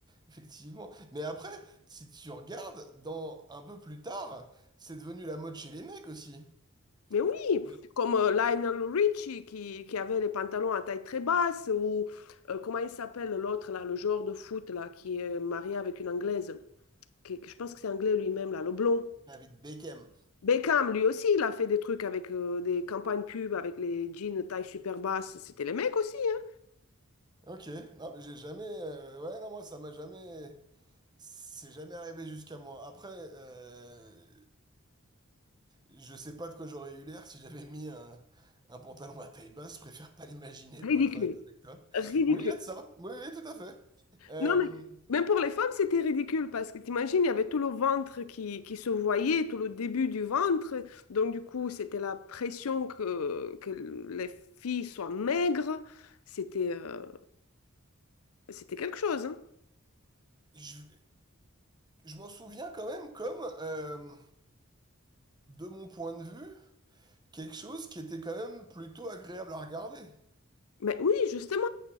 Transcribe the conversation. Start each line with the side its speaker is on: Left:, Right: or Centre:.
Right: Effectivement. Mais après, si tu regardes, dans un peu plus tard, c'est devenu la mode chez les mecs aussi.
Left: Mais oui,
Right: Avec
Left: comme euh, Lionel Richie qui, qui avait les pantalons à taille très basse, ou euh, comment il s'appelle l'autre, là, le joueur de foot là, qui est marié avec une Anglaise, qui, qui- je pense que c'est anglais lui-même, là, le blond.
Right: David Beckham.
Left: Beckham, lui aussi, il a fait des trucs avec euh, des campagnes pub, avec les jeans taille super basse. C'était les mecs aussi, hein.
Right: Ok, non, mais j'ai jamais. euh, Ouais, non, moi, ça m'a jamais. C'est jamais arrivé jusqu'à moi. Après, euh, je sais pas de quoi j'aurais eu l'air si j'avais mis un, un pantalon à taille basse. Je préfère pas l'imaginer,
Left: Ridicule.
Right: pour être honnête avec toi.
Left: Ridicule.
Right: Oui, il y a de ça. Oui, oui, tout à fait. Euh,
Left: Non, mais même pour les femmes, c'était ridicule parce que t'imagines, il y avait tout le ventre qui, qui se voyait, tout le début du ventre. Donc, du coup, c'était la pression que, que les filles soient maigres. C'était euh, c'était quelque chose. hein.
Right: je je m'en souviens quand même comme, euh, de mon point de vue, quelque chose qui était quand même plutôt agréable à regarder.
Left: Mais oui, justement,